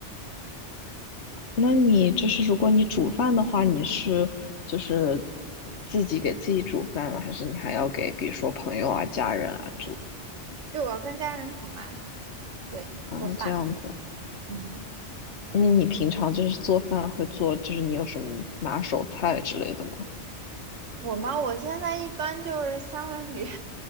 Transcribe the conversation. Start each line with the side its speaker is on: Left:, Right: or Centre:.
Left: 那你就是如果你煮饭的话，你是就是自己给自己煮饭吗？还是你还要给比如说朋友啊、家人啊煮
Right: 对，我要跟家人煮嘛，对，
Left: 啊这样子？
Right: 做饭。嗯，
Left: 那你平常就是做饭会做，就是你有什么拿手菜之类的吗？
Right: 我嘛，我现在一般就是三文鱼，